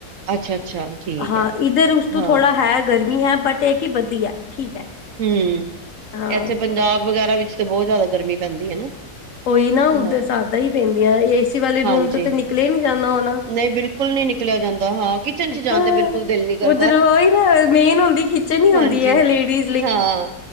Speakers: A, on the right; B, on the left.
A: ਅੱਛਾ ਅੱਛਾ ਠੀਕ
B: ਹਾਂ
A: ਹੈ
B: ਇੱਧਰ ਉਸ ਤੋਂ
A: ਹਾਂ
B: ਥੋੜਾ ਹੈ ਗਰਮੀ ਹੈ ਬਟ ਇਹ ਕਿ ਵਧੀਆ ਠੀਕ ਹੈ।
A: ਹੁ
B: ਹਾਂ
A: ਇੱਥੇ ਪੰਜਾਬ ਵਗ਼ੈਰਾ ਵਿੱਚ ਤਾਂ ਬੋਤ ਜ਼ਿਆਦਾ ਗਰਮੀ ਪੈਂਦੀ ਹੈ ਨਾ।
B: ਉਹੀ ਨਾ ਉੱਧਰ
A: ਹਾਂ।
B: ਜੈਦਾ ਹੀ ਪੈਂਦੀਆਂ ਏਸੀ ਵਾਲੇ
A: ਹਾਂਜੀ,
B: ਰੂਮ ਤੋਂ ਨਿਕਲੇ ਨੀ ਜਾਂਦਾ ਹੋਨਾ
A: ਨਹੀਂ ਬਿਲਕੁਲ ਨੀ ਨਿਕਲਿਆ ਜਾਂਦਾ ਹਾਂ, ਕਿਚਨ 'ਚ ਜਾਣ
B: ਹਾਂ
A: ਤੇ ਬਿਲਕੁਲ ਦਿਲ ਨੀ ਕਰਦਾ।
B: ਉੱਧਰੋਂ ੳਹੀ ਨਾ ਮੇਨ ਹੁੰਦੀ ਕਿ। ਨੀ
A: ਹਾਂਜੀ,
B: ਹੁੰਦੀ ਹੈ ਇਹ ਲੇਡੀਜ਼। <unintelligible>
A: ਹਾਂ